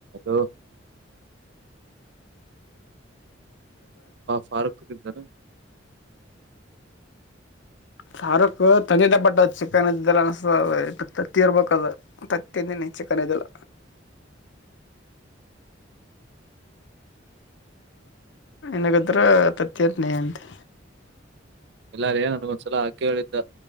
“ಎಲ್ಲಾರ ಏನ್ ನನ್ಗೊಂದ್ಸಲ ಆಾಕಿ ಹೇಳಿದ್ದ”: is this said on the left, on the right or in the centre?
Right